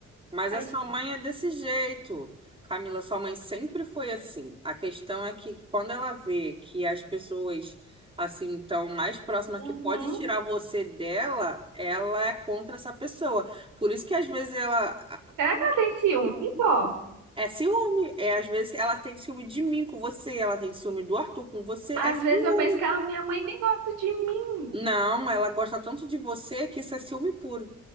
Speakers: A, on the right; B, on the right.
A: mas
B: faz
A: a sua
B: parte.
A: mãe é desse jeito. Camila, sua mãe sempre foi assim. A questão é que quando ela vê que as pessoas assim estão mais próximas
B: Uhum.
A: que pode tirar você dela, ela é contra essa pessoa. Por isso que às vezes ela,
B: Será que ela tem ciúme, vó?
A: É ciúme. É, às vezes ela tem ciúme de mim com você, ela tem ciúme do Arthur com você.
B: Às
A: É ciúme.
B: vezes eu penso que ela, minha mãe nem gosta de mim.
A: Não, ela gosta tanto de você que isso é ciúme puro.